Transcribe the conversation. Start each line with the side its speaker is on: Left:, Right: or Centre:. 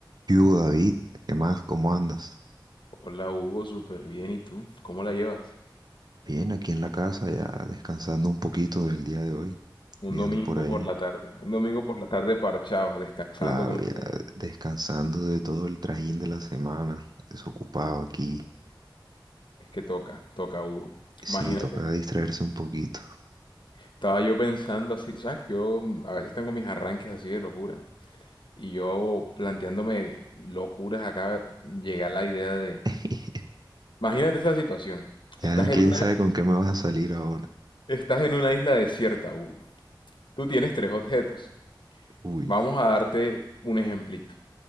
Right: ¿Qué hubo, David? ¿Qué más? ¿Cómo andas?
Left: Hola Hugo, súper bien. ¿Y tú? ¿Cómo la llevas?
Right: Bien, aquí en la casa ya descansando un poquito del día de hoy,
Left: Un
Right: viendo
Left: domingo
Right: por ahí,
Left: por la tarde. Un domingo por la tarde parchado, descansando
Right: claro,
Left: como
Right: ya
Left: se ve.
Right: descansando de todo el trajín de la semana, desocupado aquí.
Left: Es que toca, toca Hugo.
Right: Sí,
Left: Imagínate.
Right: toca distraerse un poquito.
Left: Estaba yo pensando así, tú sabes que yo mm, a veces tengo mis arranques así de locura. Y yo planteándome locuras acá, llega la idea de...
Right: <laughs>
Left: Imagínate esa situación.
Right: Ya
Left: Estás
Right: quién
Left: en una,
Right: sabe con qué me vas a salir ahora.
Left: estás en una isla desierta, Hugo. Tú tienes tres objetos.
Right: Uy,
Left: Vamos a darte un ejemplito.